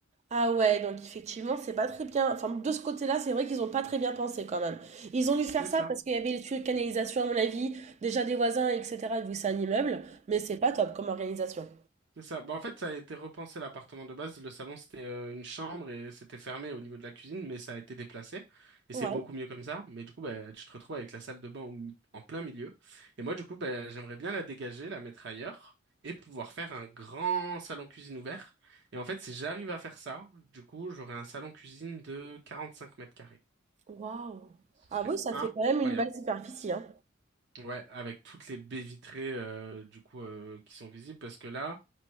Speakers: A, on the right (about 35°); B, on the right (about 65°).
A: Ah ouais, donc effectivement, c'est pas très bien. Enfin, de ce côté-là, c'est vrai qu'ils ont pas très bien pensé quand même. Ils ont dû
B: C'est
A: faire ça
B: ça.
A: parce qu'il y avait les tuyaux de canalisation, à mon avis, déjà des voisins, etc., vu que c'est un immeuble, mais c'est pas top comme organisation.
B: C'est ça. Bah, en fait, ça a été repensé l'appartement de base. Le salon, c'était euh, une chambre et c'était fermé au niveau de la cuisine, mais ça a été déplacé. Et
A: Ouais.
B: c'est beaucoup mieux comme ça. Mais du coup, bah, tu te retrouves avec la salle de bain au mi- en plein milieu. Et moi, du coup, bah, j'aimerais bien la dégager, la mettre ailleurs et pouvoir faire un grand salon cuisine ouvert. Et en fait, si j'arrive à faire ça, du coup, j'aurai un salon cuisine de quarante cinq mètres carrés.
A: Waouh.
B: Ce
A: Ah
B: serait
A: oui, ça
B: incroyable.
A: fait quand même une belle superficie, hein.
B: Ouais, avec toutes les baies vitrées euh, du coup euh, qui sont visibles parce que là,